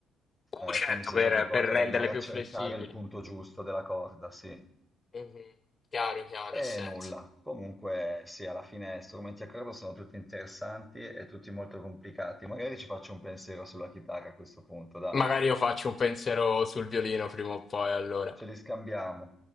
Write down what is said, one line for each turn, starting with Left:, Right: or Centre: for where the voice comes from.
Left: Uh,
Centre: Eh,
Left: certo,
Centre: quindi sei
Left: per,
Centre: già abituato
Left: per renderle
Centre: ad andare
Left: più
Centre: a cercare
Left: flessibili.
Centre: il punto giusto della corda, sì.
Left: Mhm. Chiaro, chiaro,
Centre: E
Left: ha senso.
Centre: nulla. Comunque, sì, alla fine strumenti a corda sono tutti interessanti e tutti molto complicati. Magari ci faccio un pensiero sulla chitarra a questo punto, dai.
Left: Magari io faccio un pensiero sul violino prima o poi, allora.
Centre: Ce li scambiamo.